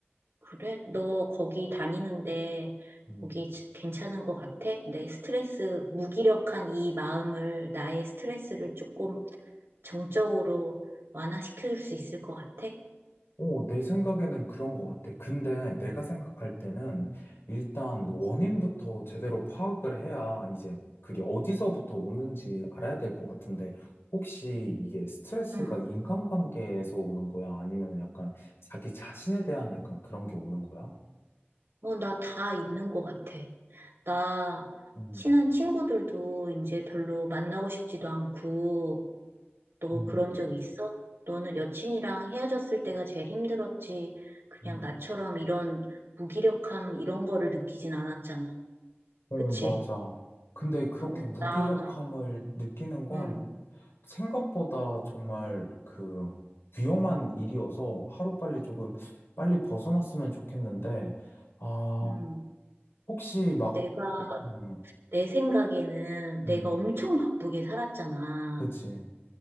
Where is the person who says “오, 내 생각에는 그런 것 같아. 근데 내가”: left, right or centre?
Left